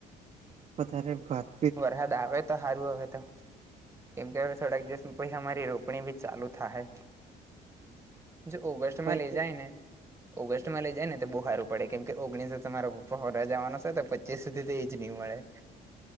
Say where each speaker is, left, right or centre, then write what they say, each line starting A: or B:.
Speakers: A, on the right (about 35°); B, on the right (about 15°).
A: પતાહે બાત
B: વરહાદ આવે તો સારું હવે તો. કેમ કે હવે થોડાક દિવસ પછી અમારી રોપણી બી ચાલુ થાહે. જો ઓગસ્ટમાં
A: મારા પાસે
B: લઈ જાયને, ઓગસ્ટમાં લઈ જાયને તો બહુ સારું. પડે, કેમ કે ઓગણીસે તો મારા પપ્પા હોરા જવાનો છે, તો પચીસ સુધી તો એ જ ની મળે.